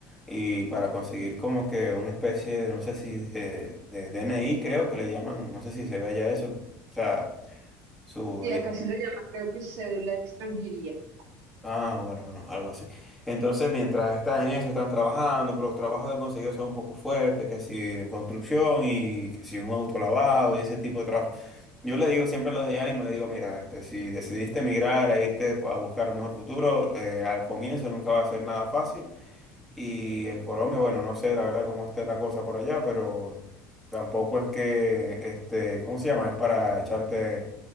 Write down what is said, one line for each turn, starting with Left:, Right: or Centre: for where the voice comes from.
Centre: y para conseguir como que una especie de, no sé si de, de DNI creo que le llaman, no sé si se ve allá eso, o sea, su
Right: Sí, acá se le llama, creo que cédula de extranjería.
Centre: Ah, bueno, bueno, algo así. Entonces, mientras están en eso, están trabajando, pero los trabajos que han conseguido son un poco fuertes, que si en construcción y que si un auto lavado y ese tipo de trabajo. Yo le digo siempre a los de ánimo, le digo, mira, este, si decidiste emigrar a irte a buscar un mejor futuro, eh, al comienzo nunca va a ser nada fácil. Y en Colombia, bueno, no sé la verdad cómo esté la cosa por allá, pero tampoco es que, este, ¿cómo se llama? Es para echarte